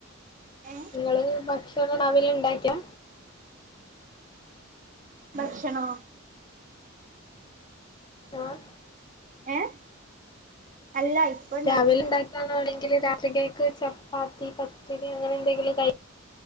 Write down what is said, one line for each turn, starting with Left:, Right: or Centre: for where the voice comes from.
Right: ഏ
Left: ഇങ്ങള് ഭക്ഷണം രാവിലെ ഇണ്ടാക്കിയാ
Right: ഭക്ഷണോ
Left: ആഹ്
Right: ഏഹ് അല്ല ഇണ്ടാക്കി
Left: രാവിലെ ഉണ്ടാക്കിയതാണോ അല്ലെങ്കിൽ രാത്രികക്ക് ചപ്പാത്തി പത്തിരി അങ്ങനെ എന്തെങ്കിലും കൈ